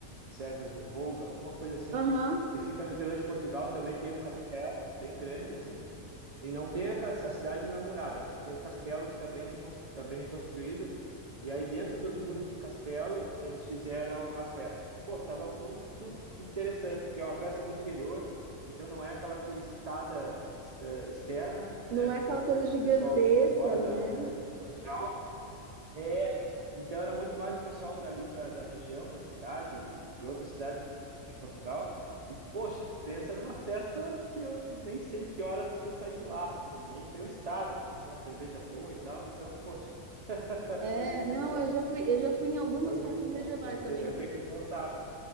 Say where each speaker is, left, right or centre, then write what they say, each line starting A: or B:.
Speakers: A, on the right; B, on the right.
A: Sever do Volga, alguma coisa assim,
B: Aham.
A: que fica no interior de Portugal, também tem um castelo bem grande, assim, E não tem a, cas- a cidade não é murada, mas tem o castelo que está bem, recons- tá bem reconstruído. E aí, dentro dos muros do castelo, eles fizeram a festa. Pô, tava muito interessante, porque é uma festa do interior, então não é aquela turistada ex- eh, externa,
B: Não
A: né?
B: é
A: Que
B: aquela
A: não é aquele
B: coisa gigantesca,
A: pessoal de fora
B: né?
A: da, da de Portugal, é, então era muito mais o pessoal dali da, da região, da cidade, de outras cidades de Portugal. E, poxa, pensa numa festa que eu nem sei que horas que eu saí de lá, assim, nem sei o estado, porque tinha uma cerveja boa e tal. Então, poxa, <laughs>
B: É,
A: foi muito
B: não,
A: bom.
B: eu já fui, eu já fui em algumas
A: Foi muito
B: festas medievais
A: bom. Eu, te,
B: também.
A: eu tenho que voltar.